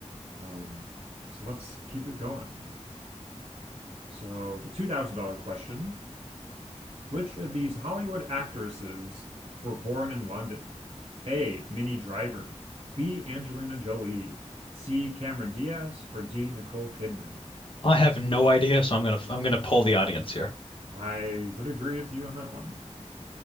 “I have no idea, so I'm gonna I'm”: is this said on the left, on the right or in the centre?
Left